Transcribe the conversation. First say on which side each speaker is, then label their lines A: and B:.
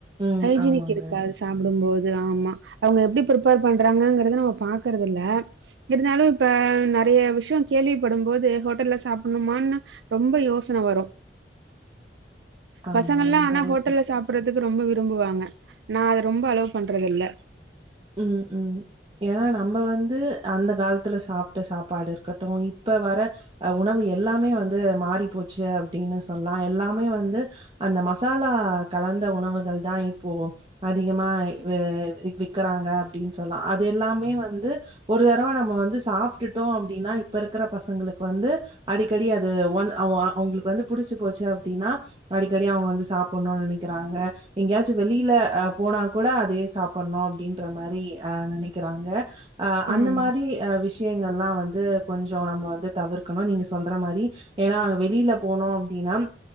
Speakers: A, on the right (about 30°); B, on the right (about 80°).
A: ம்
B: ஹைஜீனிக்
A: ஆமாங்க.
B: இருக்காது சாப்புடும்போது ஆமா அவங்க எப்படி பிரிப்பர் பண்றாங்கங்கறத நம்ம பாக்கறதுல்ல இருந்தாலு இப்ப நறைய விஷயோ கேள்விப்படும்போது ஹோட்டல்ல சாப்புன்னுமான்னு ரொம்ப யோசன வரு
A: ஆமா
B: பசங்கல்லா
A: ரொம்பவே
B: அனா ஹோட்டல்ல
A: சரி
B: சாப் பறதுக்கு ரொம்ப விரும்புவாங்க நா அத ரொம்ப அலோ பண்றதுல்ல
A: ம் ம் ஏன்னா நம்ம வந்து அந்த காலத்துல சாப்ட்ட சாப்பாடு இருக்கட்டு இப்ப வர அ உணவு எல்லாமே வந்து மாறி போச்சு அப்டின்னு சொல்லா எல்லாமே வந்து அந்த மசாலா கலந்த உணவுகள் தா இப்போ அதிகமா வே விக் கராங்க அப்டின்னு சொல்லா அது எல்லாமே வந்து ஒரு தரவ நம்ம வந்து சாப்டுட்டோ அப்டின்னா இப்ப இருக்கற பசங்களுக்கு வந்து அடிக்கடி அது ஒன் அ வோ அவுங்களுக்கு வந்து புடிச்சு போச்சு அப்டின்னா அடிக்கடி அவங்க வந்து சாப்புன்னுன் நினைக்கறாங்க எங்கயாச்சு வெளீல அ போனா கூட அதே சாப்பன்னு அப்படின்ற மாரி அ நெனைக்கறாங்க அ அந்த
B: ஆமா
A: மாரி அ விஷயங்கள்லா வந்து கொஞ்சோ நம்ம வந்து தவிர்க்கணு நீங்கள் சொல்ற மாரி ஏன்னா அங்க வெளில போனோ அப்டின்னா